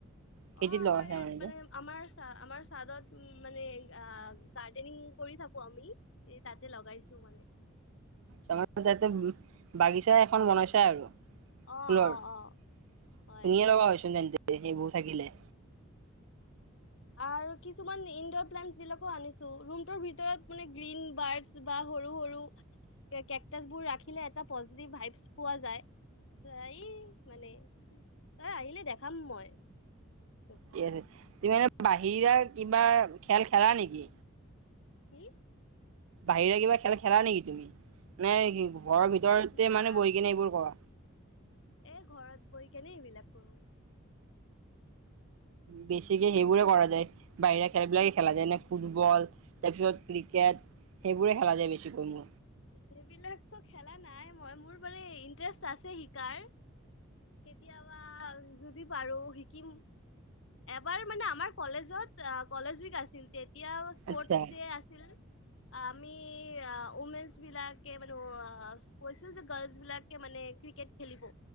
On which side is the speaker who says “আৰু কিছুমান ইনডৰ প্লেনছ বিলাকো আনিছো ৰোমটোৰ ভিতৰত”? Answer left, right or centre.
Left